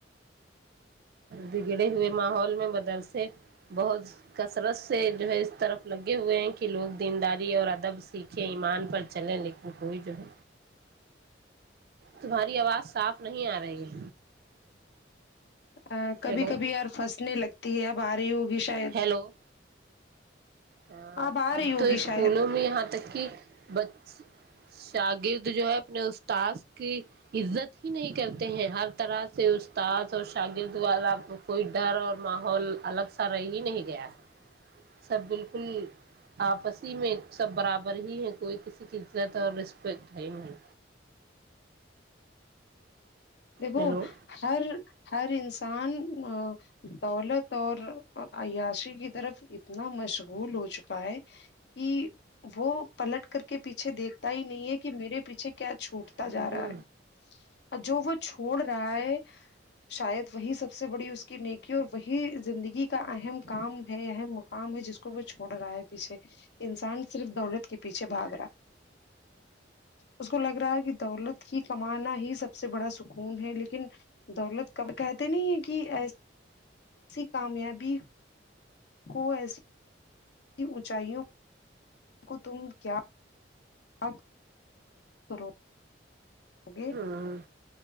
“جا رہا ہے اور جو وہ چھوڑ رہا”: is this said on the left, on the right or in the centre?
Left